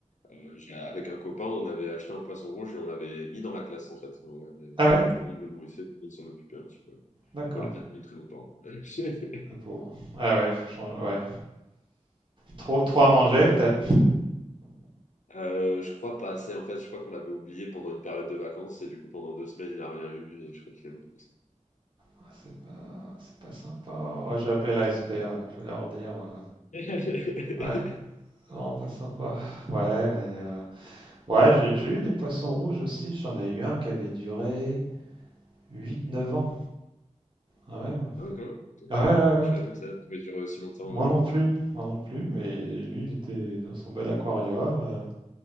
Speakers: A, on the left (about 75°); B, on the right (about 40°).
A: euh, j'ai- avec un copain, on avait acheté un poisson rouge et on l'avait mis dans la classe en fait. On l'avait-
B: Ah ouais?
A: et tout le monde le nourrissait, tout le monde s'en occupait un petit peu.
B: D'accord,
A: On l'a peut-être très longtemps. <laughs>
B: le pauvre. Ah ouais, faut changer, ouais. Trop, trop à manger, peut-être.
A: Euh, je crois pas assez. En fait, je crois qu'on l'avait oublié pendant une période de vacances et du coup, pendant deux semaines, il a rien eu et je crois qu'il est mort comme ça.
B: Ah, C'est pas, c'est pas sympa. Ouais, j'ai appelé la SPA, là, je vais leur dire. euh,
A: <laughs>
B: Ouais, c'est vraiment pas sympa. Ouais, mais. euh, Ouais, j'ai j'ai eu des poissons rouges aussi. J'en ai eu un qui avait duré huit, neuf ans, quand même.
A: Ah ouais, quand même.
B: Ah ouais, ouais,
A: Je
B: ouais.
A: savais pas que ça pouvait durer aussi longtemps.
B: Moi non
A: euh.
B: plus, moi non plus, mais lui, il était dans son bel aquarium. euh.